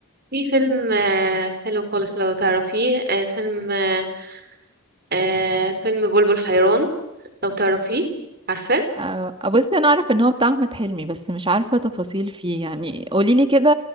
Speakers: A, on the right (about 45°); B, on the right (about 25°).
A: في فيلم آه، حلو خالص لو تعرفيه آه، فيلم آه، آه، فيلم بلبل حيران لو تعرفيه عارفاه
B: آه، آه، بصي انا اعرف ان هو بتاع احمد حلمي بس مش عارفه تفاصيل فيه يعني قوليلي كده